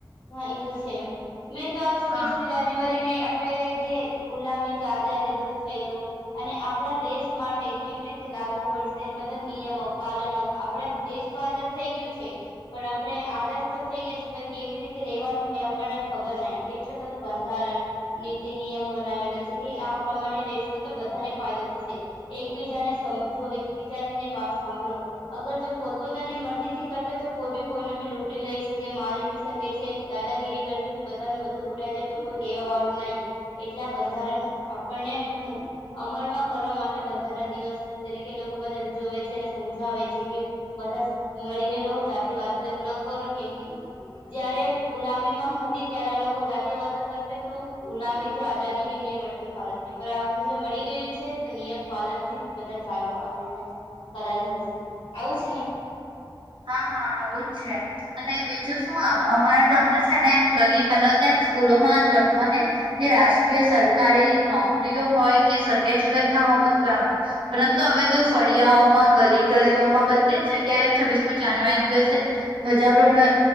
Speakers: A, on the left; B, on the right.
A: હા એ તો સેમ મેં તો આ છીસ
B: હા
A: જ્યરી આપડણે જે ગુલામી થી આઝાદ એ બધું થયેલું અને આપણા દેશ માટે કેવી રીતે લાગુ વડશે બધા નિયમો પાલનો આપણા દેશ તો આઝાદ થઈ ગયું છે પણ આપણે આઝાદ તો થઈ ગયા છે પણ કેવી રીતે રવાનું એ આપણને ખબર ન એટલે બધું બંધારણ નીતિ નિયમો બનાવેલા છે કે આ પ્રમાણે રશો તો બધાને ફાયદો થશે એકબીજાને સમજો એક બીજારીને વાત સાંભળો અગર જો પોતપોતાની મરજી થી કર તો કોઈ બી કોઈ બી લૂટી લઈ શકે મારીી શકે દાદાગીરી કરે છે બધા નું બધું લૂંટાઈ જાય પણ કોઈ કેહેવા વાળું નહી એટલે આ બંધારણ આપણને એટ અમલમાં કરવા માટે બંધારણ દિવસ તરીકે લોકો બધા ઉજવે છે અને સમજાવે છે કે બધા મળીને રહો જાતી વાતચ ન કરો કેમ કે જયારે ગુલામીમાં હતી ત્યારે આ લોકો જાતિ વાત કરતા તો ગુલામી થી આઝાદી બી નહી મળતી ભારત પણ જે મળી ગયું છે તો નિયમ પાલન થી બધા ચાલુ આવેીતે કદાચ હશે આવું છે ને
B: હા હા આવું જ છે અને બીજું શું અમારે ત તો છે ને એમ ગલી પહેલા તો એમ સ્કૂલોમાં કરતું અને જે રાષ્ટ્રીય સરકારી નોક નોકરી ઓ હોય કે સરકારી જગત <unintelligible> પરંતુ હવે તો ફળિયાઓમાં ગલી ગલીઓમાં બધા તે જગ્યાએ છવ્વીસમમાં જાનુઆરી દિવસે ધ્વજારોણ